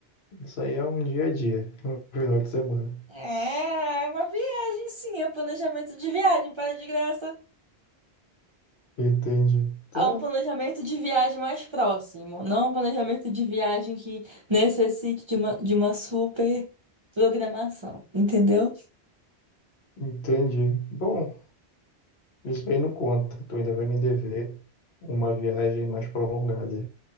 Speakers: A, on the left; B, on the right.
A: Isso aí é um dia a dia, é um final de semana.
B: É, é uma viagem, sim, é planejamento de viagem, para de graça.
A: Entendi. Tá,
B: a um planejamento de viagem mais próximo, não um planejamento de viagem que necessite de uma, de uma super programação, entendeu?
A: entendi. Bom, isso aí não conta. Tu ainda vai me dever uma viagem mais prolongada.